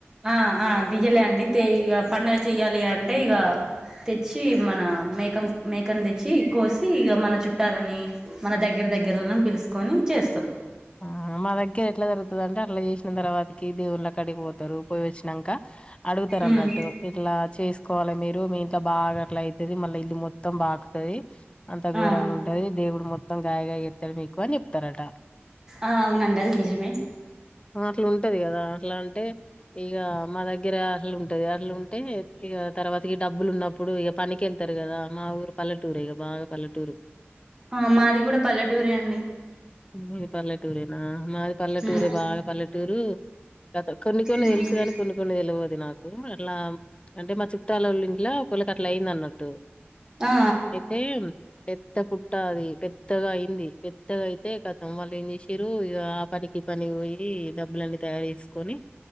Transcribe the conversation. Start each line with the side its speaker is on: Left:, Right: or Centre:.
Right: ఆ ఆ డియలే అండి తే ఇగ పండగ చెయ్యాలి అంటే ఇగా తెచ్చి మన మేకం మేకన్ దెచ్చి కోసి ఇగ మన చుట్టాలని మన దగ్గర దగ్గరోళ్లను పిలుసుకొని చేస్తాం
Left: ఆ మా దగ్గర ఎట్లా జరుగుతది అంటే అట్లా చేసిన తర్వాతకి దేవుళ్ళకడిగిపోతారు పోయి వచ్చినంక అడుగుతారు అన్నట్టు
Right: ఉమ్
Left: ఇట్లా చేసి కోవాలే మీరు మీ ఇంట్ల బాగా అట్ల అయితది మళ్ళా ఇల్లు మొత్తం బాకుతది అంత ఘోరంగా
Right: ఆ
Left: ఉంటుంది దేవుడు మొ మొత్తం గాయి గాయి ఎత్తడు మీకు అని చెప్తారట
Right: అ అవునండి అది నిజమే
Left: అట్లు ఉంటది కదా అట్లా అంటే ఇగ మా దగ్గర అట్ల ఉంటది అట్లుంటే ఇగ తర్వాతకి డబ్బులు ఉన్నప్పు ఇప్పుడు ఇగ పనికెళ్తారు కదా మా ఊరు పల్లటూరే ఇగ బాగా పల్లెటూరు
Right: అ మాది కూడా పల్లెటూరే అండి
Left: మీది పల్లెటురేనా మాది పల్లెటూరే
Right: ఉమ్
Left: బాగా పల్లెటూరు గ కొన్ని కొన్ని
Right: ఉమ్
Left: తెలుసు కాని కొన్ని కొన్ని తెలివదు నాకు అట్లా అంటే మా చు తలలి ఇట్లా ఒకళకి అట్లా అయిందన్నట్టు
Right: ఆ
Left: ఎత్తేమ్ పెద్ద పుట్ట అది పెద్దగా అయి ఉంది పెద్దగా అయ్ తే కతం వాళ్ళు ఏమ్ చేసిరు ఆ పనికి పని పోయి డబ్బులన్నీ తయారు చేసుకొని